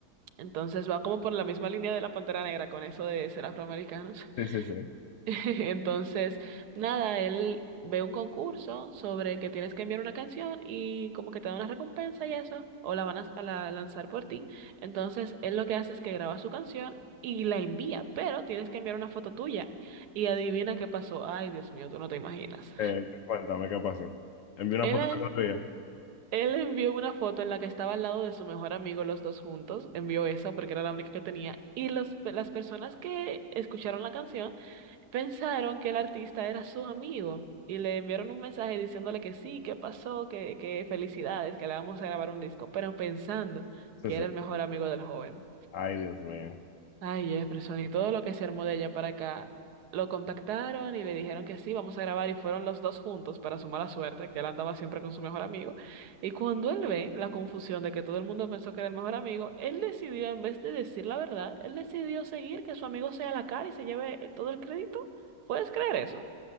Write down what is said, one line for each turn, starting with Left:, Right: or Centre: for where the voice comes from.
Right: Entonces va como por la misma línea de la Pantera Negra con eso de ser afroamericanos. <laughs>
Left: Sí, sí, sí.
Right: Entonces, nada, él ve un concurso sobre que tienes que enviar una canción y como que te da una recompensa y eso, o la van a, a la- lanzar por ti. Entonces, él lo que hace es que graba su canción y la envía, pero tienes que enviar una foto tuya. Y adivina qué pasó. Ay, Dios mío, tú no te imaginas.
Left: Eh, cuéntame qué pasó. Envié una
Right: Él,
Left: foto
Right: eh,
Left: de otro día.
Right: él envió una foto en la que estaba al lado de su mejor amigo, los dos juntos. Envió esa porque era la única que tenía. Y los, las personas que escucharon la canción pensaron que el artista era su amigo y le enviaron un mensaje diciéndole que sí, que pasó, que, que felicidades, que le vamos a grabar un disco, pero pensando
Left: Sí,
Right: que
Left: sí.
Right: era el mejor amigo del joven.
Left: Ay, Dios mío.
Right: Ay, Jefferson, y todo lo que se armó de allá para acá. Lo contactaron y le dijeron que sí, vamos a grabar y fueron los dos juntos para su mala suerte, que él andaba siempre con su mejor amigo. Y cuando él ve la confusión de que todo el mundo pensó que era el mejor amigo, él decidió, en vez de decir la verdad, él decidió seguir que su amigo sea la cara y se lleve eh, todo el crédito. ¿Puedes creer eso?